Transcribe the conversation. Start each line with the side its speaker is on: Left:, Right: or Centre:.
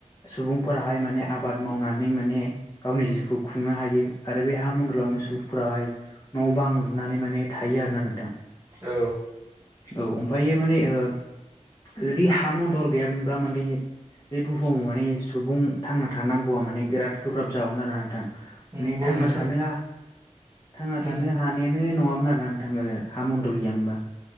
Left: सुबुंफोराहाय माने आबाद मावनानै माने गावनि जिउखौ खुंनो हायो आरो बे हा मन्दलावनो सुबुंफोराहाय न' बां लुनानै माने थायो आरो ना नोंथां
Right: औ
Left: औ ओमफ्रायो माने ओ जुदि हा मन्दल गैयामोनब्ला माने बे बुहुमाव माने सुबुं थांना थानांगौआ माने बिराद गोब्राब जागौ आरो नोंथां माने
Right: नंगौ
Left: थांना
Right: नोंथां
Left: थानो थांना
Right: उम
Left: थानो हानायानो नङामो ना आरोना नोंथां ओ हा मन्डल गैया मोनबा